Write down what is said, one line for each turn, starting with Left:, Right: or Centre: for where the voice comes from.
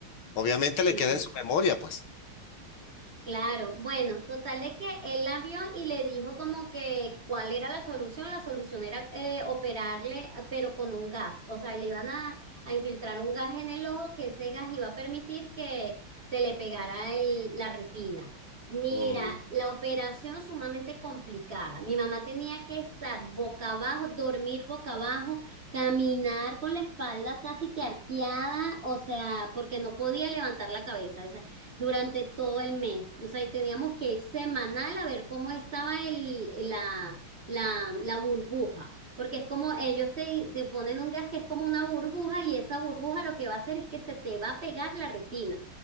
Left: Obviamente le
Right: sí,
Left: queda en su memoria, pues.
Right: Claro, bueno, total de que él la vio y le dijo como que cuál era la solución. La solución era eh, operarle, pero con un gas. O sea, le iban a, a infiltrar un gas en el ojo que ese gas iba a permitir que se le pegara el- la retina. Mira,
Left: Mm,
Right: la operación sumamente complicada. Mi mamá tenía que estar boca abajo, dormir boca abajo, caminar con la espalda casi que arqueada, o sea, porque no podía levantar la cabeza durante todo el mes. O sea, y teníamos que ir semanal a ver cómo estaba el, la, la, la burbuja, porque es como ellos te, te ponen un gas que es como una burbuja y esa burbuja lo que va a hacer es que se te va a pegar la retina.